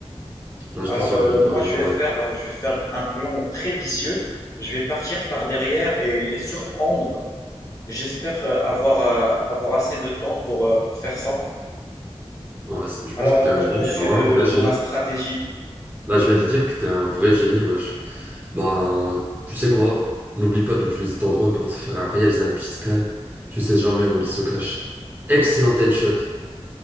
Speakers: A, on the right; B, on the left.
A: Là,
B: Alors,
A: je t'assure,
B: euh,
A: il vient
B: moi,
A: par derrière,
B: je
A: ouais.
B: vais faire, euh, je vais faire un plan très vicieux. Je vais partir par derrière et les surprendre J'espère euh, avoir, euh, avoir assez de temps pour, euh, pour faire ça.
A: Ouais, c'est- je
B: Alors,
A: pense que t'es
B: euh,
A: un
B: qu'en
A: génie,
B: penses-tu
A: là, hein,
B: de,
A: un vrai génie.
B: de ma stratégie?
A: Là, je viens de dire que t'es un vrai génie, wesh. Ben, tu sais quoi? N'oublie pas d'utiliser ton drone pour se faire un- réaliser un petit scan. Tu ne sais jamais où il se cache. Excellent headshot.